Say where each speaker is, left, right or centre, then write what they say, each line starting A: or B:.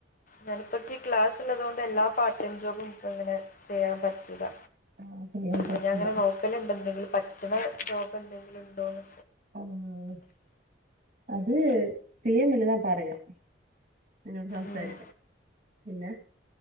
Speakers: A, on the left (about 45°); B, on the right (about 45°).
A: ഞാനിപ്പ ക്ലാസ് ഉള്ളത് കൊണ്ട് എല്ലാ പാർട്ട് ടൈം ജോബും എനിക്ക് അങ്ങനെ ചെയ്യാൻ പറ്റൂില്ല.
B: ആഹ് ചെയ്യാൻ പറ്റില്ല
A: പിന്ന അങ്ങനെ നോക്കലുണ്ട് എന്തെങ്കിലും പറ്റണ ജോബ് എന്തെങ്കിലും ഉണ്ടോന്ന്.
B: ആഹ് അത് പിമ്മലിതാ പറയാം <inaudible> എന്നോട് സംസാരിക്കാം
A: ഉം.
B: പിന്നെ..